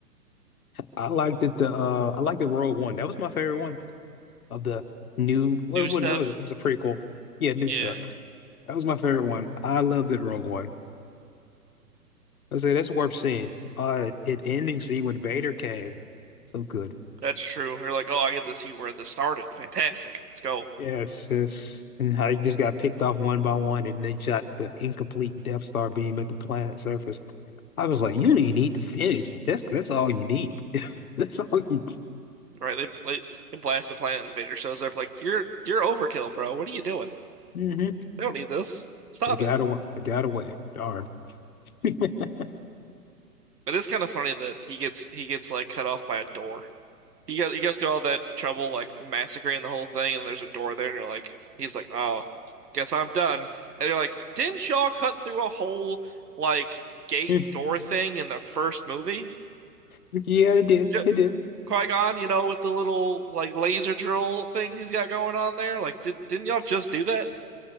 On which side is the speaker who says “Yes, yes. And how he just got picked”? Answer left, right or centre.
Left